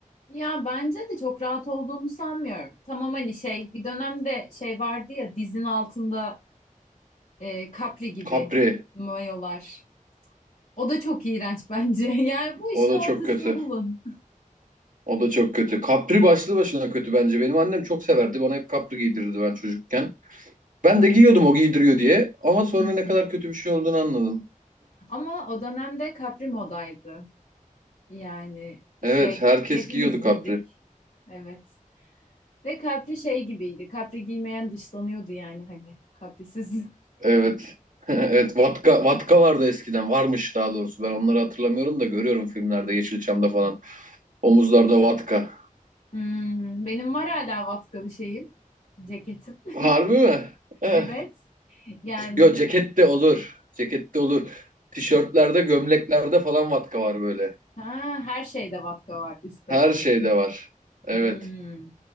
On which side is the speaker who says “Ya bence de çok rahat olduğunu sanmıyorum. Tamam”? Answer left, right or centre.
Left